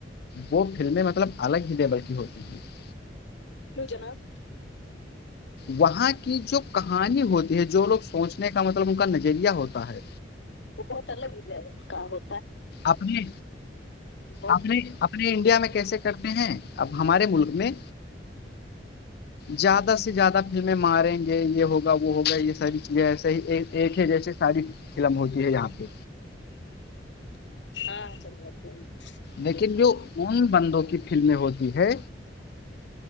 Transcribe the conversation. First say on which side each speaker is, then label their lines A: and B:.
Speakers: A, on the left; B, on the left.
A: وہ فلمیں مطلب الگ ہی ہےے بلکی ہو جی ہ <unintelligible>
B: کیوں جناب
A: وہاں کی جو کہانی ہوتی ہے جو لوگ سوچنے کا مطلب ان کا نظریہ ہوتا ہے
B: وہ بہت الگ ہی ہے کام ہو
A: اپنے
B: بہت
A: اپنے اپنے انڈیا میں کیسے کرتے ہیں اب ہمارے ملک میں زیادہ سے زیادہ فلمیں ماریں گے یہ ہوگا وہ ہوگا یہ ساری چیزیں ایسے ہی ایک ہے جیسے ساری فلم ہوتی ہے یہاں پہ
B: ہاں چ <unintelligible>
A: لیکن جو ان بندوں کی فلمیں ہوتی ہے